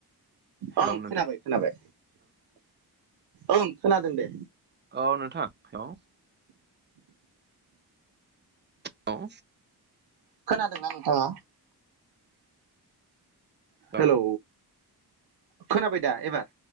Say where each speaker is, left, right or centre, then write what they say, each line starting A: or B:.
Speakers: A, on the right (about 30°); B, on the right (about 75°).
A: हेलौ
B: ओं
A: नोंथां
B: खोनाबाय खोनाबाय ओं खोनादों दे।
A: औ नोंथां हे लौ
B: खोनादोंना नोंथांङा? हेलौ
A: औ
B: खोनाबाय दा एबार।